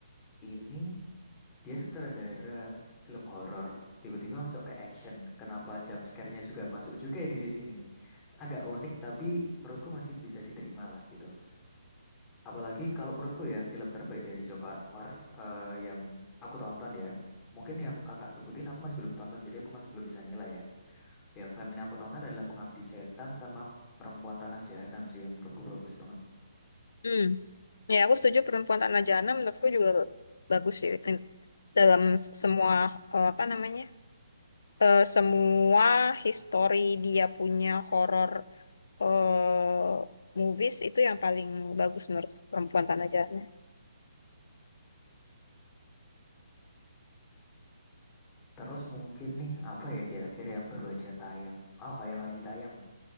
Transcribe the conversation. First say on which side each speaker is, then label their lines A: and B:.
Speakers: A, on the left (about 15°); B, on the left (about 60°).
A: Ini, dia sutradara film horor, tiba-tiba masuk ke action. Kenapa jump scare-nya juga masuk juga ini di sini nih. Agak unik tapi menurutku masih bisa diterima lah gitu. Apalagi kalau menurutku ya film terbaik dari Joko Anwar eh, yang aku tonton ya. Mungkin yang kakak sebutin aku masih belum tonton, jadi aku masih belum bisa nilai ya. Yang selama ini aku tonton adalah Pengabdi Setan sama Perempuan Tanah Jahanam sih yang menurutku bagus banget.
B: hmm ya aku setuju perempuan Tanah Jana menurutku juga bagus sih in- dalam semua eh, apa namanya eh, semua history dia punya horror eh, movies itu yang paling bagus menurut perempuan tanah jahannya.
A: Terus mungkin nih apa ya kira-kira yang baru aja tayang? Oh, yang lagi tayang.